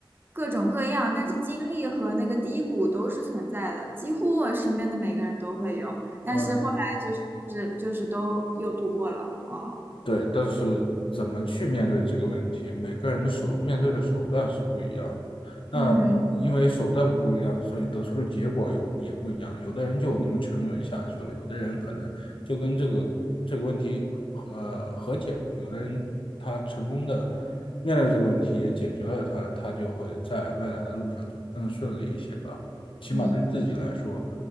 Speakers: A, on the right; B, on the left.
A: 各种各样，但是经历和那个低谷都是存在的，几乎我身边的每个人都会有。但是后来就是就是都又度过了啊，
B: 嗯，对，但是怎么去面对这个问题，每个人的手面对的手段是不一样的。那因为手段不一样，
A: 嗯
B: 所以得出的结果有也不一样。有的人就那么沉沦下去了，有的人可能就跟这个这个问题和和解了，有的人他成功的面对这个问题也解决了它，他就会在未来的路上走得更顺利一些吧，起码对自己来说
A: 嗯。